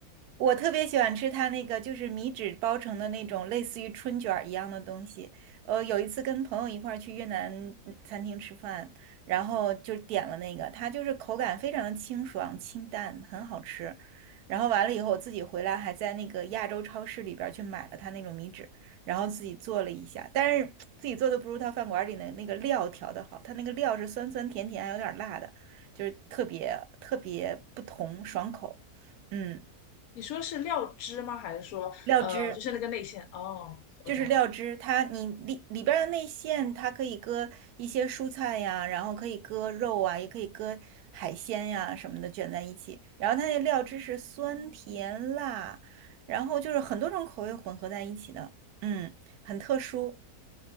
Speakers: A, on the right; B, on the left.
A: 我特别喜欢吃它那个就是米纸包成的那种类似于春卷儿一样的东西。呃，有一次跟朋友一块儿去越南嗯餐厅吃饭，然后就点了那个，它就是口感非常的清爽清淡，很好吃。然后完了以后，我自己回来还在那个亚洲超市里边儿去买了它那种米纸，然后自己做了一下，但是自己做的不如他饭馆儿里的那个料调的好，它那个料是酸酸甜甜，还有点儿辣的。就是特别特别不同，爽口。嗯，
B: 你说是料汁吗？还是说呃就是那个内馅？
A: 料汁
B: 哦，我懂了。
A: 就是料汁，它你里里边儿的内馅，它可以搁一些蔬菜呀，然后可以搁肉啊，也可以搁海鲜呀什么的卷在一起。然后它那料汁是酸甜辣，然后就是很多种口味混合在一起的，嗯，很特殊，